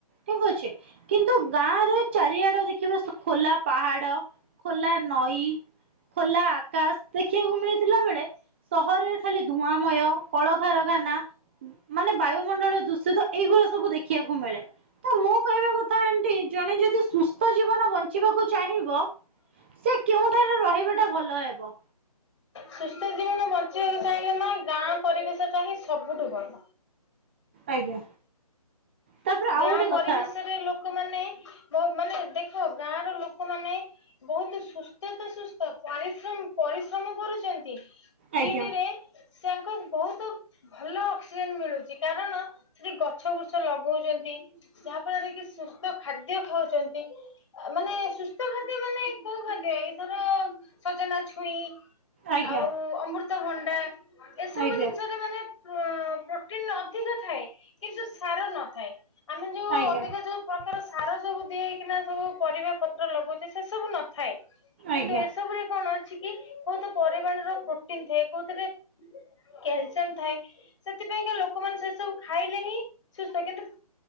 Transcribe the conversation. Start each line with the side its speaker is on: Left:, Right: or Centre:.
Right: ଠିକ୍ ଅଛି। କିନ୍ତୁ ଗାଁରେ ଚାରିଆଡ ଦେ ଖିବା ଖୋଲା ପାହାଡ, ଖୋଲା ନଈ ଖୋଲା ଆକାଶ ଦେଖିବାକୁ ମିଳିଥିଲା ବେଳେ। ସହରରେ ଖାଲି ଧୂଆଁମୟ କଳକାରାଖାନା। ମାନେ ବାୟୁମଣ୍ଡଳ ଦୂଷିତ ଏଇଗୁଡା ସବୁ ଦେଖିବାକୁ ମିଳେ ତ ମୁଁ କହିବା କଥା ଆଣ୍ଟି ଜଣେ ଯଦି ସୁ ସୁସ୍ଥ ଜୀବନ ବଞ୍ଚିବାକୁ ଚାହିଁବ ସେ କେଉଁଠାରେ ରହିବାଟା ଭଲ ହେବ।
Left: ସୁସ୍ଥ ଜୀବନ ବଞ୍ଚିବାକୁ ଚାହିଁଲେ ମା ଗାଁ ପରିବେଶ ଟା ହିଁ ସବୁଠୁ ଭଲ।
Right: ଆଜ୍ଞା ତାପରେ ଆଉ
Left: ଗାଁ
Right: ଗୋଟେ
Left: ପରିବେଶରେ
Right: କଥା
Left: ଲୋ ଲୋକମାନ ବହୁ ମାନେ ଦେଖ ଗାଁ ର ଲୋକମାନେ ବହୁତ ସୁସ୍ଥ ତ ସୁସ୍ଥ ପରିଶ୍ରମ ପରିଶ୍ରମ କରୁଛନ୍ତି। ତିନିରେ
Right: ଆଜ୍ଞା
Left: ସେଙ୍କ ବହୁତ ଭଲ ଅକ୍ସିଜେନ ମିଳୁଛି। କାରଣ ସେଠି ଗଛ ବୃଛ ଲଗଉଛନ୍ତି। ଯାହାଫଳରେ କି ସୁସ୍ଥ ଖାଦ୍ୟ ଖାଉଛନ୍ତି। ମାନେ ସୁସ୍ଥ ଖାଦ୍ୟ ମାନେ କଉ ଖାଦ୍ୟ ଏଇଥର ସଜନା ଛୁଇଁ
Right: ଆଜ୍ଞା
Left: ଆଉ ଅମୃତଭଣ୍ଡା ଏସବୁ
Right: ଆଜ୍ଞା
Left: ଜିନିଷରେ ମାନେ ପ୍ରୋ ପ୍ରୋଟିନ ଅଧିକ ଥାଏ କିନ୍ତୁ ସାର ନଥାଏ ଆମେ ଯୋଉ
Right: ଆଜ୍ଞା
Left: ଅବିକା ଯଉ ପ୍ରକାର ସାର ସବୁ ଦିଆ ହେଇକିନା ସବୁ ପରିବା ପତ୍ର ଲଗୋଉଛେ ସେ ସବୁ ନଥାଏ। କିନ୍ତୁ
Right: ଆଜ୍ଞା
Left: ଏସବୁରେ କଣ ଅଛି କି ବହୁତ ପରିମାଣର ପ୍ରୋଟିନ ଥାଏ କୋଉଥିରେ। କ୍ୟାଲସିୟମ ଥାଏ ସେଥିପାଇଁକା ଲୋକମାନେ ସେ ସବୁ ଖାଇଲେ ହିଁ ସୁସ୍ଥ କିନ୍ତୁ